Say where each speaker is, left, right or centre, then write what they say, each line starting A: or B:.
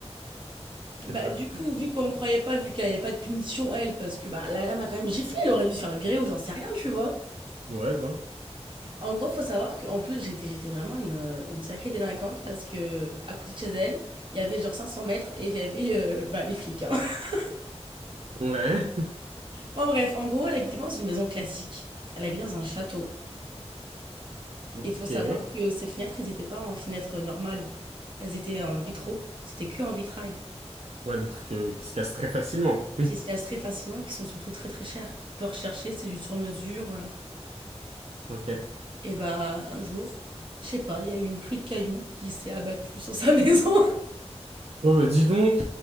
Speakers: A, on the right; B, on the right.
A: Bah,
B: J'ai peur.
A: du coup, vu qu'on me croyait pas, vu qu'elle avait pas de punition, elle, parce que bah, la lame a quand même giflé, elle aurait dû se faire virer ou j'en sais rien, tu vois.
B: Ouais, grave.
A: En gros, faut savoir qu'en plus, j'étais, j'étais vraiment une, euh, une sacrée délinquante parce que à côté de chez elle, il y avait genre 500 mètres et il y avait euh, bah, les flics. hein. <laughs>
B: Ouais.
A: Bon, bref, en gros, elle habitait pas dans une maison classique. Elle habitait dans un château.
B: Ok.
A: Il faut savoir que ces fenêtres, elles n'étaient pas en fenêtres normales. Elles étaient en vitraux. C'était que en vitrail.
B: Ouais, des trucs euh, qui se cassent très facilement. <laughs>
A: Qui se cassent très facilement et qui sont surtout très très chères. Peu recherchées, c'est du sur-mesure, voilà.
B: Ok.
A: Et bah, un jour, je sais pas, il y a eu une pluie de cailloux qui s'est abattue sur sa <laughs> maison.
B: Bon, bah dis donc.